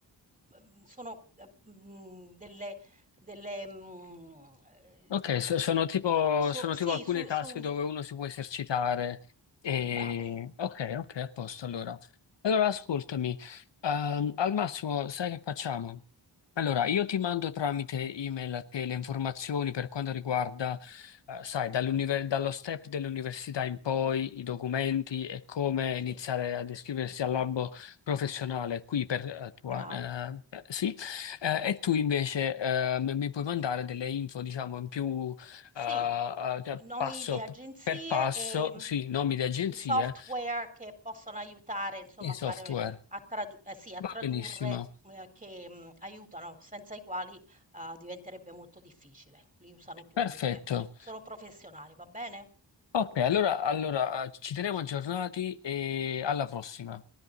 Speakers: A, on the right; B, on the left.
A: mhmm, sono, eh, mhmm, delle delle, mhmm, ehm,
B: Ok, so- sono tipo,
A: so
B: sono
A: sì,
B: tipo alcune
A: su
B: task
A: su
B: dove uno si può esercitare. E...
A: bravo.
B: Ok, ok, a posto allora. Allora, ascoltami, ehm, al massimo, sai che facciamo? Allora, io ti mando tramite email a te le informazioni per quanto riguarda, eh, sai, dall'univer- dallo step dell'università in poi, i documenti e come
A: Sì,
B: iniziare ad iscriversi al albo professionale qui per eh, tua,
A: bravo.
B: eh, sì, eh, e tu invece eh, m- mi puoi mandare delle info, diciamo, in più
A: Sì,
B: eh, eh, cioè,
A: nomi
B: passo
A: di agenzie
B: p- per passo,
A: e, mhmm,
B: sì, nomi di agenzie
A: i software che possono aiutare insomma
B: e
A: a
B: software.
A: fare a tradu ehm, sì, a
B: Va
A: tradurre,
B: benissimo.
A: ehm, che, mhmm, aiutano, senza i quali, uhm, diventerebbe molto difficile. Li usano tutti,
B: Perfetto.
A: inso e le sono professionali, va bene?
B: Ok, allora, allora eh, ci teniamo aggiornati e alla prossima.